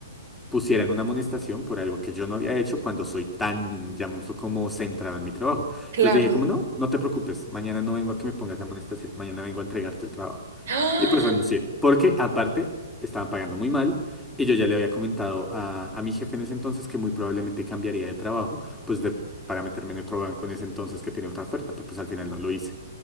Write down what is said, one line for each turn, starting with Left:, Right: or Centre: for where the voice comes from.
Centre: pusieran una amonestación por algo que yo no había hecho cuando soy tan, llamémoslo como centrado en mi trabajo.
Right: claro.
Centre: Entonces le dije como,
Right: <gasps>
Centre: no, no te preocupes, mañana no vengo a que me pongas la amonestación, mañana vengo a entregarte el trabajo.
Right: ¡Ah!
Centre: Y pues renuncié, porque aparte estaban pagando muy mal y yo ya le había comentado a, a mi jefe en ese entonces que muy probablemente cambiaría de trabajo, pues de, para meterme en otro banco en ese entonces que tenía otra oferta, pero pues al final no lo hice.